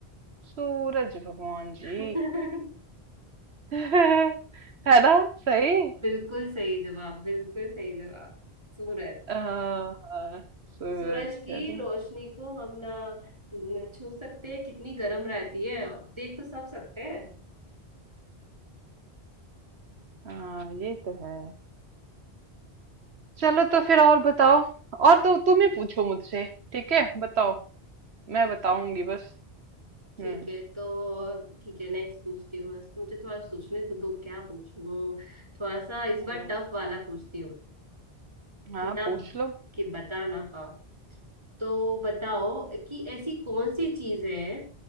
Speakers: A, on the right (about 80°); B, on the right (about 25°).
A: सूरज भगवान
B: <laughs>
A: जी <laughs> है ना सही
B: बिल्कुल सही जवाब बिल्कुल सही जवाब सूरज
A: हाँ हाँ, सूरज
B: सूरज की
A: है ना
B: रोशनी को हम ना न- छू सकते हैं कितनी गर्म रहती है देख तो सब सकते हैं
A: हाँ ये तो है चलो तो फिर और बताओ और तो तुम ही पूछो मुझसे ठीक है बताओ मैं
B: ठीक
A: बताऊंगी बस
B: ठीक
A: हम्म
B: है तो ठीक है नेक्स्ट पूछती हूँ मैं मुझे थोड़ा सोचने दो दो क्या पूछूं थोड़ा सा इस
A: हम्म,
B: बार टफ वाला पूछती हूँ
A: हाँ
B: कि ना
A: पूछ लो
B: कि बता ना पाओ तो बताओ कि ऐसी कौन सी चीज है